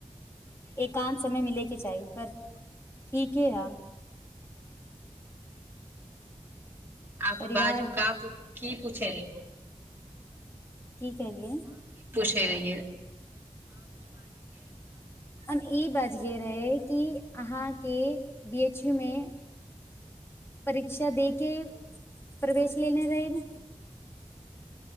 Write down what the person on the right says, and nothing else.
आ
बाजू क की पूछे रहे
से